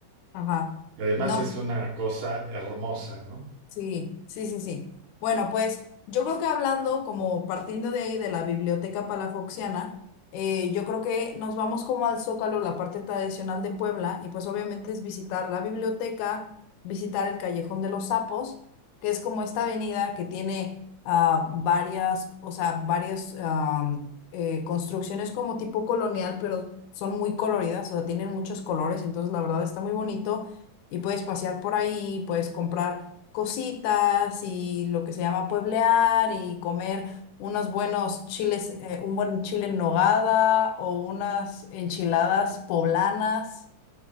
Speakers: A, on the left; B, on the right.
A: Ajá.
B: Y además
A: No.
B: es una cosa hermosa, ¿no?
A: Sí, sí, sí, sí. Bueno, pues yo creo que hablando como partiendo de ahí de la biblioteca palafoxiana, eh, yo creo que nos vamos como al Zócalo, la parte tradicional de Puebla, y pues obviamente es visitar la biblioteca, visitar el Callejón de los Sapos, que es como esta avenida que tiene ah, varias, o sea, varias am, eh, construcciones como tipo colonial, pero son muy coloridas, o sea, tienen muchos colores, entonces la verdad está muy bonito y puedes pasear por ahí, puedes comprar cositas y lo que se llama pueblear y comer unos buenos chiles, eh, un buen chile en nogada o unas enchiladas poblanas.